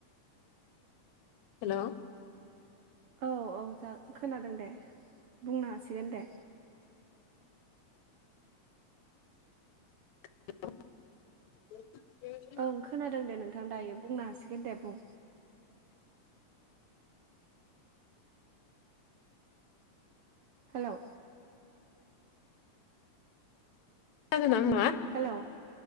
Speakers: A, on the left (about 75°); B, on the right (about 70°).
A: हेल'
B: औ औ जा खोनादों दे बुंनो हासिगोन दे।
A: <inaudible>
B: ओं खोनादों दे नोंथां दायो बुंनो हासिगोन दे बुं। हेलौ
A: <unintelligible>
B: हेलौ